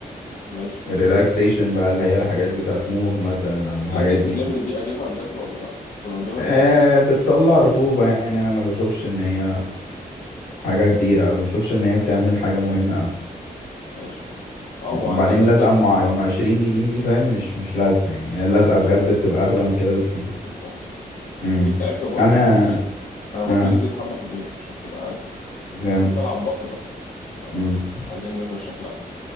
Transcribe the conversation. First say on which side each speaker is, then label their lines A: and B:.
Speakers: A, on the left; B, on the left.
A: ماشي
B: الريلاكسيشن بقى اللي هي الحاجات بتاعت موف مثلا أو الحاجات
A: لزقة
B: دي
A: النمر
B: بت...
A: دي أجيبها بجد ولا لأ؟ كنا بنجيبها
B: آه
A: زمان
B: بتطلع رطوبة يعني أنا ما بشوفش إن هي حاجة كبيرة أو ما بشوفش إن هي بتعمل حاجة مهمة أوي
A: ماشي اه وعندي
B: وبعدين
A: بقى
B: اللزقة
A: جيت
B: مع
A: ما
B: مع 20
A: جيت
B: جنيه دي فاهم مش مش لازقة يعني هي
A: هي
B: اللزقة
A: أكيد
B: بجد بتبقى أغلى من كده بكتير
A: أكيد طبعا
B: امم
A: جيت لعبت بطن
B: أنا
A: من يومين انا بطني
B: آه
A: نزلت حبه حلوين عشان تبقى عارف
B: جامد
A: فقلت العب بطن بقى يعني
B: امم
A: عايزين ننزل شكلها